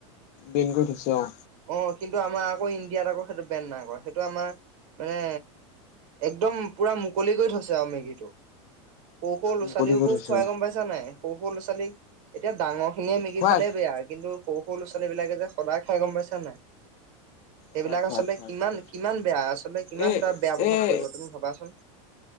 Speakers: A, on the left; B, on the right.
A: বেংগু ধচৰ
B: অ কিন্তু আমাৰ আকৌ ইণ্ডিয়াত আকৌ সেইটো বেণ্ড নাই আকৌ সেইটো আমাৰ মানে একদম পুৰা মুকলি কৰি থছে আৰু মেগীটো সৰু সৰু ল'ৰা
A: মুকলি
B: ছোৱালীকো
A: কৰি থৈছে
B: খুৱাই গম পাইছা নাই সৰু সৰু ল'ৰা ছোৱালীক এতিয়া ডাঙৰ সে মিগী
A: খোৱা
B: খালে বেয়া কিন্তু স সৰু ল'ৰা ছোৱালী বিলাকে যে সদায় খাই গম পাইছা নাই সেইবিলাক
A: খোৱা খোৱা
B: আচলতে
A: খোৱা
B: কিমান
A: খোৱা
B: কিমান বেয়া আচলতে কিমান
A: এই
B: এ বেয়া প্ৰভাৱ
A: এই
B: পৰিব তুমি ভাবাচোন